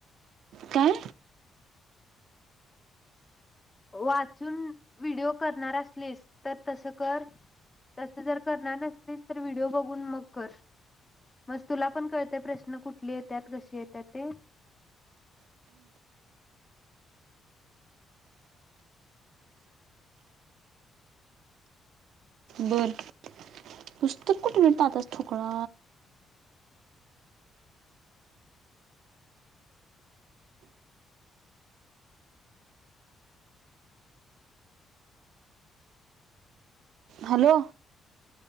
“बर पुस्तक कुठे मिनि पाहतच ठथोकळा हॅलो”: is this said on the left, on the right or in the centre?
Right